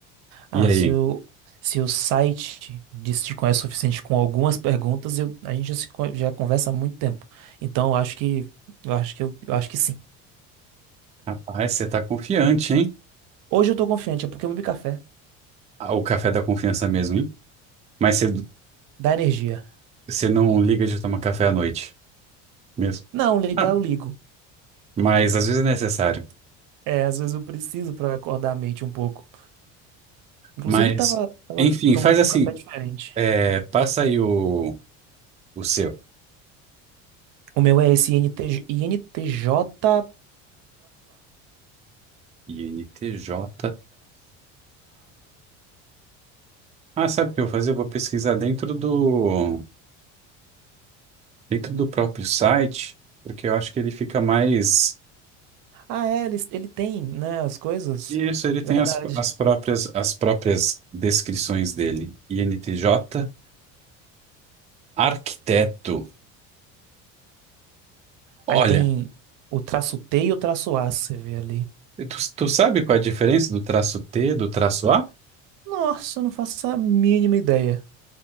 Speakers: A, on the right (about 65°); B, on the right (about 20°).
A: Ah,
B: E aí?
A: se o, se o site disse te conhece o suficiente com algumas perguntas, eu, a gente já, se con- já conversa há muito tempo. Então, eu acho que, eu acho que, eu, eu acho que sim.
B: Rapaz, você tá confiante, hein?
A: Hoje eu tô confiante, é porque eu bebi café.
B: Ah, o café da confiança mesmo, hein? Mas você,
A: Dá energia.
B: você não liga de tomar café à noite mesmo.
A: Não, ligar
B: Ah,
A: eu ligo.
B: mas às vezes é necessário.
A: É, às vezes eu preciso pra acordar a mente um pouco. Inclusive,
B: Mas,
A: tava, tava
B: enfim,
A: tomando
B: faz assim.
A: um café diferente.
B: É, passa aí o, o seu.
A: O meu é esse INTJ, INTJ-A.
B: INTJ-A. Ah, sabe o que eu vou fazer? Eu vou pesquisar dentro do, dentro do próprio site, porque eu acho que ele fica mais.
A: Ah, é, ele, ele tem, né, as coisas.
B: Isso, ele tem
A: Verdade.
B: as, as próprias, as próprias descrições dele. INTJ, arquiteto. Olha,
A: Aí tem o traço T e o traço A, você vê ali.
B: tu, tu sabe qual é a diferença do traço T do traço A?
A: Nossa, eu não faço a mínima ideia.